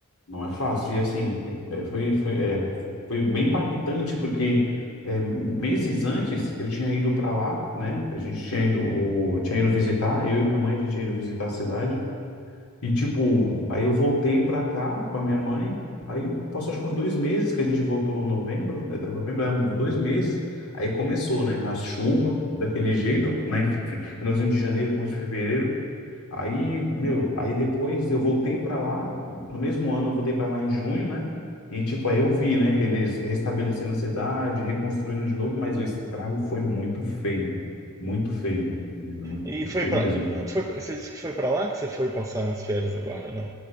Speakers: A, on the left; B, on the right.
A: Não é fácil. E assim, é, foi, foi, é, foi bem impactante, porque é, meses antes eu tinha ido para lá, né? A gente tinha ido, o- tinha ido visitar, eu e minha mãe, a gente tinha ido visitar a cidade. E tipo, aí eu voltei para cá com a minha mãe. Aí passou acho que uns dois meses que a gente voltou em novembro, é, tá, novembro, é, uns dois meses. Aí começou, né? A chuva, daquele jeito, né? Finalzinho de janeiro, começo de fevereiro. Aí, meu, aí depois eu voltei para lá, no mesmo ano eu voltei para lá em junho, né? E tipo, aí eu vi, né, eles restabelecendo a cidade, reconstruindo de novo, mas o estrago foi muito feio, muito feio, muito
B: E foi
A: feio
B: pra.
A: mesmo.
B: Foi, você disse que foi pra lá que você foi passar as férias agora, não?